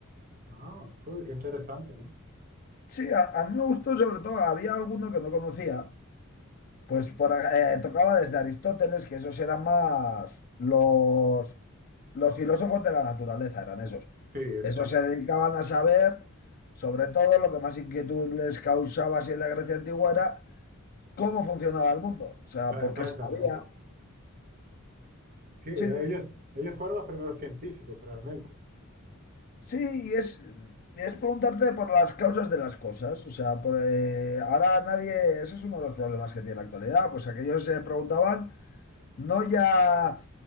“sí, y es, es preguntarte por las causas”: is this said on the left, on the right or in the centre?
Left